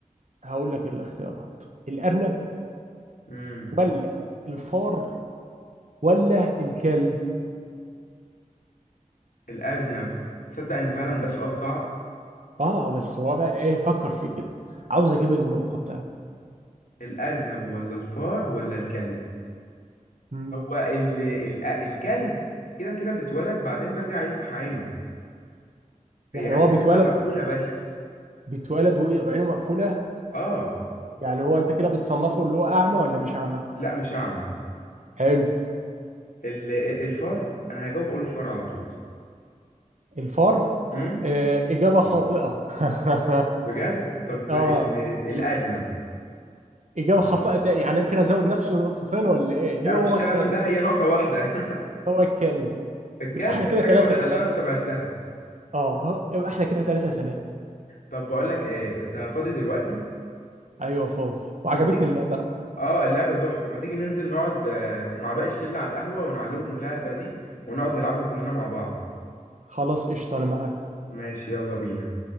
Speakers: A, on the right; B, on the left.
A: هقول لك الاختيارات الارنب
B: امم
A: ولا الفار ولا الكلب
B: الارنب تصدق ان فعلا ده سؤال صعب
A: اه بس هو بقى ايه فكر في كده عاوز اجيب النقطة بتاعتي
B: الارنب ولا الفار ولا الكلب
A: مم.
B: هو ال... ال... الكلب كده كده بتولد بعدين بيرجع يفتح عينه هي
A: يعني
B: عينه
A: هو بيتولد
B: بتبقى مقفولة بس
A: بيتولد وعينه مقفولة
B: اه
A: يعني هو انت كده بتصنفه اللي هو اعمى ولا مش اعمى
B: لا مش اعمى
A: حلو
B: ال... الفار انا هجاوب اقول الفار على طول
A: الفار
B: امم
A: آه اجابه خاطئه <laughs>
B: بجد طب
A: اه
B: ال... الارنب
A: يبقى اجابه خاطئه تاني يعني انا كده ازود نفسه نقطتين ولا ايه
B: لا
A: هي هو
B: مفيش كلام
A: الكلب
B: من ده هي نقطة واحدة <laughs>
A: هو الكلب
B: الكلب
A: يبقى احنا كده
B: الحاجة
A: ثلاثة
B: الوحيدة
A: ثلاثة
B: اللي أنا استبعدتها
A: اه يبقى احنا كده ثلاثة ثلاثة
B: طب بقول لك إيه أنت فاضي دلوقتي
A: ايوه فاضي وعجبتني
B: ما تيجي
A: اللعبه
B: آه اللعبة تحفة ما تيجي ننزل نقعد آه، مع باقي الشلة على القهوة ونعلمهم اللعبة دي ونقعد نلعبها كلنا مع بعض
A: خلاص قشطه انا معاك
B: ماشي يلا بينا